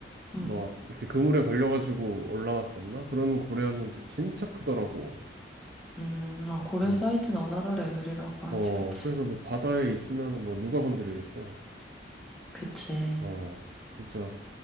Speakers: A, in the centre; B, on the right.
A: 음.
B: 막 이렇게 그물에 걸려가지고 올라왔었나? 그런 고래였는데 진짜 크더라고.
A: 음, 아, 고래
B: 음,
A: 사이즈는 어나더 레벨이라고 하지,
B: 어,
A: 그치.
B: 그래서 뭐 바다에 있으면 뭐 누가 건드리겠어?
A: 그치.
B: 어, 진짜